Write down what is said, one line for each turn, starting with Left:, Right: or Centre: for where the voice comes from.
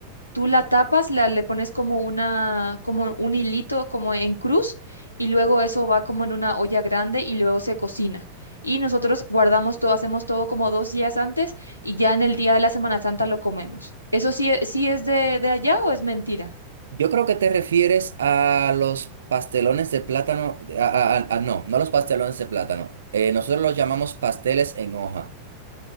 Left: Tú la tapas, la, le pones como una, como un hilito, como en cruz, y luego eso va como en una olla grande y luego se cocina. Y nosotros guardamos todo, hacemos todo como dos días antes y ya en el día de la Semana Santa lo comemos. ¿Eso sí, e- sí es de, de allá o es mentira?
Right: Yo creo que te refieres a los pastelones de plátano, a, a- a- no, no los pastelones de plátano. Eh, nosotros los llamamos pasteles en hoja.